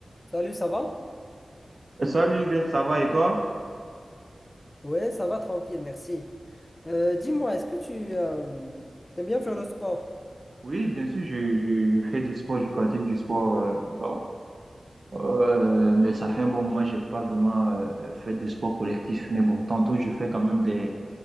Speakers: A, on the left (about 25°); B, on the right (about 50°).
A: Salut, ça va?
B: Salut Greg, ça va et toi?
A: Ouais, ça va, tranquille, merci. Euh, dis-moi, est-ce que tu euh, t'aimes bien faire le sport?
B: Oui, bien sûr, je, je, je fais du sport, je pratique du sport. euh, bon, euh, mais ça fait un bon moment, j'ai pas vraiment euh, fait de sport collectif. Mais bon, tantôt, je fais quand même des,